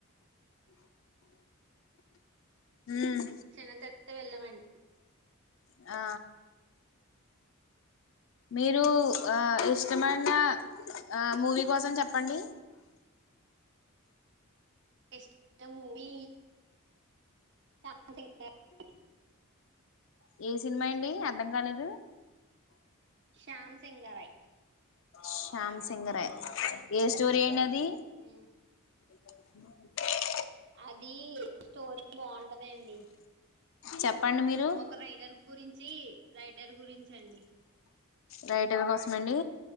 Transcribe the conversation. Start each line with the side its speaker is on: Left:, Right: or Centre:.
Left: ఉమ్
Right: తిన్న తర్వాత వెళ్లమండి.
Left: ఆ మీరు ఆ ఇష్టమైన అ మూవీ కోసం చెప్పండి.
Right: ఇష్ట మూవీ చెప్ <unintelligible>
Left: ఏ సినిమా యండి అర్థం కాలేదు.
Right: శ్యామ్ సింగరై
Left: శ్యామ్ సింగరై ఏ స్టోరీ అండి అది
Right: ఉమ్
Left: <inaudible>
Right: అదీ స్టోరీ బాగుంటదండి
Left: చెప్పండి మీరు
Right: ఒక రైటర్ గురించి రైటర్ గురించండి
Left: రైటర్ కోసం అండి